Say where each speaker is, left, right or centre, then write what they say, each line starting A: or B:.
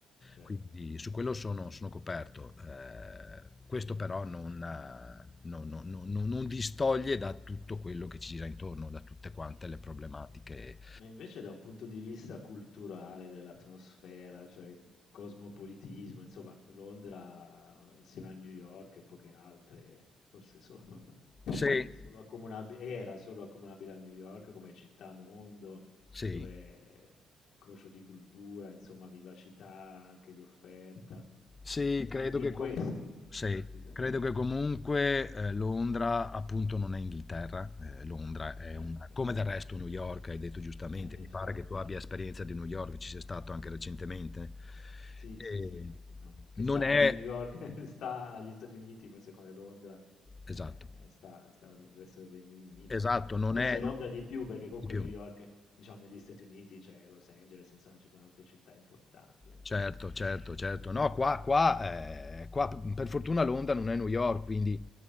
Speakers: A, on the left; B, on the left.
A: certo.
B: Quindi su quello sono sono coperto. Ehm, questo però non eh, non non non non non distoglie da tutto quello che ci gira intorno, da tutte quante le problematiche.
A: Ma invece da un punto di vista culturale dell'atmosfera, cioè il cosmopolitismo, insomma, Londra insieme a New York e poche altre, forse solo, <laughs>
B: Sì,
A: so- è solo accomunabile, era solo accomunabile a New York come città mondo,
B: sì.
A: dove incrocio di cultura, insomma, vivacità anche di offerta.
B: Sì,
A: Mh,
B: credo
A: anche
B: che,
A: in questo?
B: com- sì,
A: Ah, si sen
B: credo che comunque eh, Londra appunto non è Inghilterra, eh, Londra è
A: eh
B: un,
A: okay.
B: come del resto New York, hai detto giustamente,
A: Eh, eh,
B: mi
A: infatti.
B: pare che tu abbia esperienza di New York, ci sei stato anche recentemente.
A: Sì,
B: E
A: sì, sì, diciamo che
B: non
A: sta
B: è,
A: di New York <laughs> sta agli Stati Uniti, forse come Londra,
B: esatto,
A: ehm, sta sta al resto del Regno Unito.
B: esatto,
A: Anzi,
B: non
A: forse
B: è,
A: Londra
B: no,
A: di più, perché comunque
B: di più.
A: New York, diciamo negli Stati Uniti c'è Los Angeles, insomma ci sono altre città importanti, mentre
B: Certo, certo, certo.
A: ehm
B: No, qua, qua, eh, qua per fortuna Londra non è New York, quindi